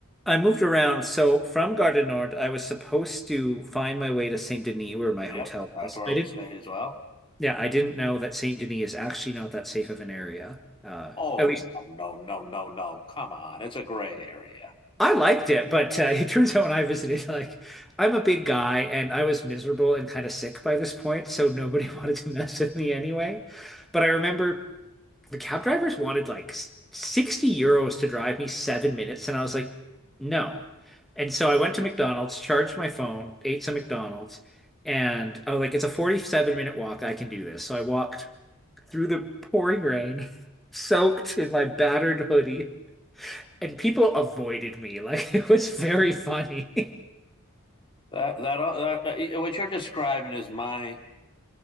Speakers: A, in the centre; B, on the left.
A: I moved around. So from Gare du Nord, I was supposed to find my way to Saint Denis, where my
B: Yep,
A: hotel
B: that's
A: was.
B: where
A: I
B: we
A: didn't.
B: stayed as well.
A: Yeah, I didn't know that Saint Denis is actually not that safe of an area. Uh,
B: Oh
A: at least.
B: no no no no no! Come on, it's a great area.
A: I liked it, but uh, <laughs> it turns out when I visited, like, I'm a big guy and I was miserable and kind of sick by this point, so nobody <laughs> wanted to mess with me anyway. But I remember the cab drivers wanted like s- 60 euros to drive me seven minutes, and I was like, no. And so I went to McDonald's, charged my phone, ate some McDonald's, and I was like, it's a 47 minute walk. I can do this. So I walked through the pouring rain, <laughs> soaked in my battered hoodie and people avoided me. <laughs> Like it was very funny. <laughs>
B: That that, uh, that uh, what you're describing is my